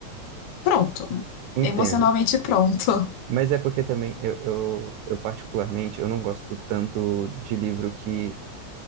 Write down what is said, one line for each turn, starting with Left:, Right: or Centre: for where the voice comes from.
Left: pronto,
Right: entenda.
Left: emocionalmente pronto.
Right: Mas é porque também eu, eu, eu particularmente, eu não gosto tanto de livro que